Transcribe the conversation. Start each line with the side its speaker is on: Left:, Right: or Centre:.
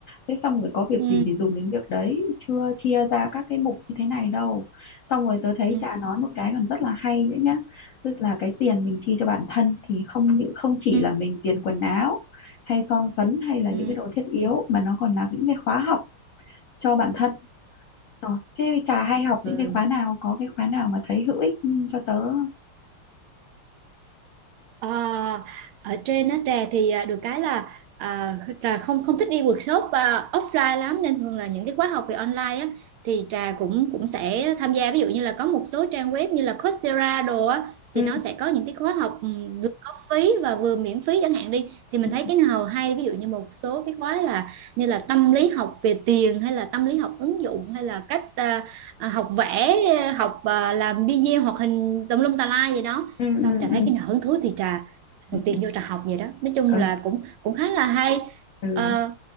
Left: thế xong rồi có việc
Right: ừ
Left: gì thì dùng đến việc đấy chưa chia ra các cái mục như thế này đâu xong rồi tớ thấy
Right: ừ
Left: trà nói một cái còn rất là hay nữa nhá tức là cái tiền mình chi cho bản thân thì không những không chỉ
Right: ừ
Left: là mình tiền quần áo hay son phấn hay là
Right: ừ
Left: những cái đồ thiết yếu mà nó còn là những cái khóa học cho bản thân Ờ, thế Trà hay học
Right: ừ.
Left: những cái khóa nào có cái khóa nào mà thấy hữu ích ừ, cho tớ không?
Right: Ờ, ở trên á trà thì à, được cái là à, trà không không thích đi workshop à, offline lắm nên thường là những cái khóa học về online á thì trà cũng cũng sẽ tham gia ví dụ như là có một số trang web như là Coursera đồ á
Left: ừ
Right: thì nó sẽ có những cái khóa học ừ, vừa có phí và vừa miễn phí chẳng hạn đi thì mình
Left: ừ
Right: thấy cái nào hay ví dụ như một số cái khóa là như là tâm lý học về tiền hay là tâm lý học ứng dụng hay là cách à, à, học vẽ học à, làm video hoạt hình tùm lum tà lai gì đó
Left: ừ
Right: xong trà thấy
Left: ừ
Right: cái nào hứng thú thì trà một
Left: ừ
Right: tiền vô trà học vậy đó nói chung
Left: ừ,
Right: là cũng cũng khá là hay
Left: ừ.
Right: Ờ,